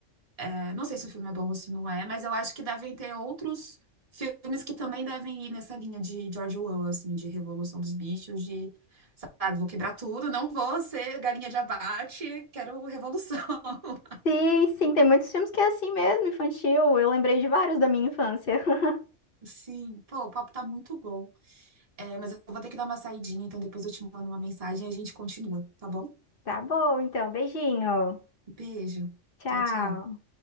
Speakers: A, on the right; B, on the left.
A: É, não sei se o filme é bom ou se não é, mas eu acho que devem ter outros filmes que também devem ir nessa linha de George Orwell, assim, de Revolução dos Bichos, de, sabe, vou quebrar tudo, não vou ser galinha de abate, quero revolução. <laughs>
B: Sim, sim, tem muitos filmes que é assim mesmo, infantil. Eu lembrei de vários da minha infância. <laughs>
A: Sim, pô, o papo tá muito bom. É, mas eu vou ter que dar uma saidinha, então depois eu te mando uma mensagem e a gente continua, tá bom?
B: Tá bom, então, beijinho.
A: Um Beijo.
B: Tchau.
A: Tchau, tchau.